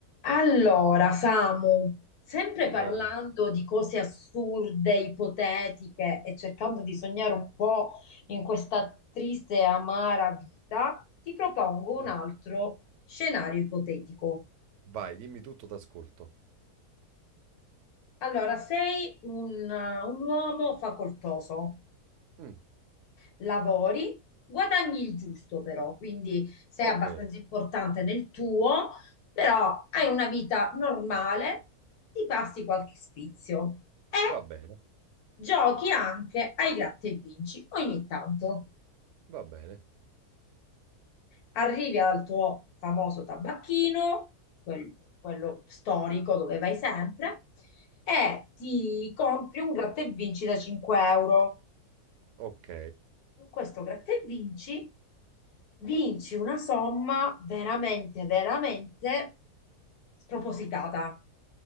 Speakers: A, on the left; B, on the right.
A: Allora, Samu, sempre parlando
B: Ehi,
A: di cose assurde, ipotetiche e cercando di sognare un po' in questa triste e amara vita, ti propongo un
B: eh,
A: altro scenario ipotetico.
B: vai, dimmi tutto, t'ascolto.
A: Allora, sei un, un uomo facoltoso
B: Mm,
A: lavori, guadagni il giusto però, quindi sei
B: ok,
A: abbastanza importante nel tuo, però hai una vita normale, ti passi qualche sfizio e
B: va bene,
A: giochi anche ai gratta e vinci ogni tanto.
B: va bene.
A: Arrivi al tuo famoso tabacchino, quel- quello storico dove vai sempre, e ti compri un gratta e vinci da 5 euro
B: Ok,
A: con questo gratta e vinci, vinci una somma veramente, veramente spropositata.